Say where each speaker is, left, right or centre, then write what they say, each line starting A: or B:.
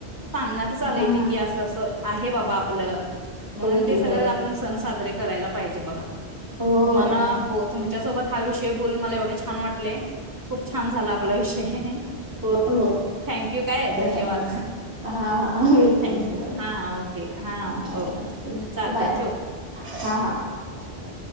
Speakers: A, on the right; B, on the right.
A: सांगण्यातच आलंय
B: हा
A: ते की असं असं आहे बाबा आपलं म्हणून
B: होय
A: ते
B: की
A: सगळं
B: होय
A: आपण सण साजरे करायला पाहिजे बघा. तुम्हाला
B: होय
A: तुमच्या सोबत हा विषय बोलून मला एवढं छान वाटले. खूप छान झाला आपला विषय,
B: होय होय
A: थँक यू काय,
B: होय
A: धन्यवाद.
B: होय हा हा हा वेलकम
A: थँक्यू
B: वेलकम
A: हा हा ओके
B: हा चल
A: ओके. चालतय
B: बाय बाय. हा हा.
A: ब